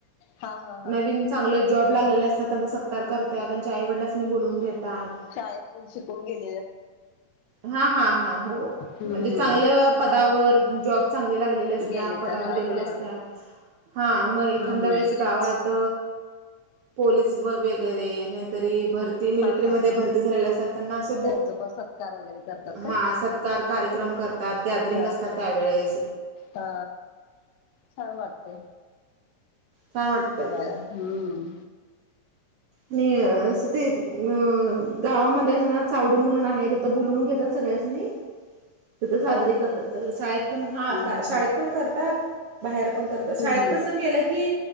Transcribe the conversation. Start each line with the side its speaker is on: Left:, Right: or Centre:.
Left: हा हा हा
Right: नवीन चांगले जॉब लागलेले असतात त्यांचा सत्कार करतात त्यांच्या आई वडिलांस बोलून घेतात
Left: शाळेचे शिकून गेले
Right: हा हा हा हो
Left: हम्म
Right: म्हणजे चांगलं पदावर जॉब चांगले लागलेले असत्या
Left: गेले
Right: पदावर
Left: तर हा
Right: गेलेल्या
Left: हा
Right: असत्या
Left: हा
Right: हा मग एखाद्या
Left: हम्म
Right: वेळेस गावात पोलीस व वगैरे नाहीतरी भरती मिलिटरीमध्ये
Left: हा हा हा
Right: भरती ब
Left: त्यांच पण सत्कार वगैरे करतात
Right: ह
Left: का
Right: स कार्य्रम गॅदरिंग
Left: हा
Right: असतात
Left: हा
Right: त्यावेळे
Left: हा छान वाटते
Right: छान वाटतंय
Left: बघायला
Right: ते
Left: हम्म
Right: न ते अ गावामध्ये असं ना चावडी म्हणून आहे तेथ बोलवून घेतात सगळ्यांसनी <unintelligible> तिथ साजरी
Left: होय
Right: करतात. सग शाळेत पण हा
Left: हम्म हम्म
Right: शाळेत
Left: हम्म
Right: पण करतात बाहेर पण करत शाळेत
Left: हम्म हम्म
Right: कसं केलं की